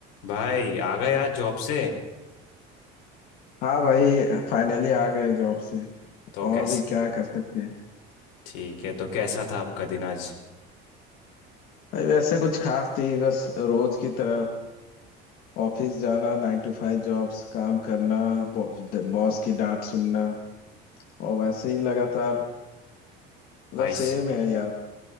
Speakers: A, on the left; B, on the left.
A: भाई आ गए आज जॉब से
B: हाँ भाई फाइनली आ गए जॉब से
A: तो
B: और
A: कैसे
B: भी क्या कर सकते हैं
A: ठीक है तो कैसा था आपका दिन आज
B: भाई वैसे कुछ खास नहीं बस रोज की तरह ऑफिस जाना नाइन टू फाइव जॉब्स काम करना बॉस की डांट सुनना और वैसे ही लगातार मतलब
A: भाई से-
B: सेम है यार